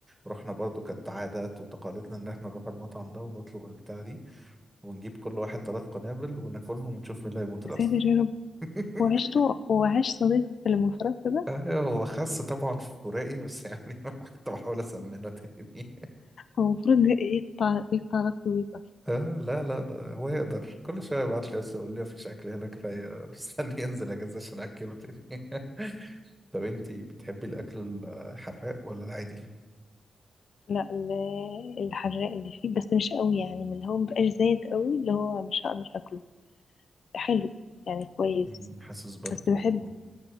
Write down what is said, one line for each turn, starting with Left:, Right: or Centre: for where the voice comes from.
Right: رحنا برضو كانت عادات وتقاليدنا إن احنا نروح المطعم ده ونطلب البتاع دي ونجيب كل واحد ثلاث قنابل وناكلهم ونشوف مين اللي هيموت
Left: يا
Right: الأول
Left: ساتر يا رب
Right: <laughs>
Left: وعشت وعاش صديقك اللي من فرنسا ده
Right: آه، هو خس طبعا في فراقي بس يعني <laughs> كنت بحاول أسمنه تاني <laughs>
Left: هو المفروض ده يقطع يقطع علاقته بيك أصلا
Right: آه لا لا ده هو يقدر كل شوية يبعت لي بس يقول لي مفيش أكل هنا كفاية استني ينزل أجازة عشان أكله تاني <laughs> طب أنتي بتحبي الأكل الحراق ولا العادي؟
Left: لا ال- الحراق اللي فيه بس مش قوي يعني من اللي هو مبقاش زايد قوي اللي هو مش هقدر أكله حلو يعني كويس
Right: مم، حاسس برضو
Left: بس بحب